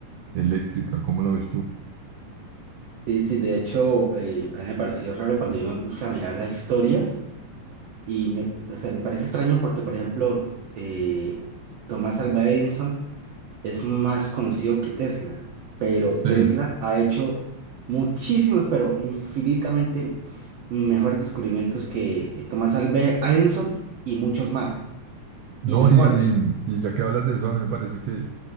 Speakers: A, on the right; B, on the right.
A: eléctrica. ¿Cómo lo ves tú?
B: Sí, sí, de hecho, eh, a mí me pareció raro cuando yo me puse a mirar la historia y me, o sea, me parece extraño porque, por ejemplo, eh, Tomás Alva Edison es más conocido que Tesla, pero
A: Sí,
B: Tesla ha hecho muchísimos, pero infinitamente mejores descubrimientos que Thomas Alva Edison y muchos más,
A: no,
B: y mejores.
A: y, y- y ya que hablas de eso, a mí me parece que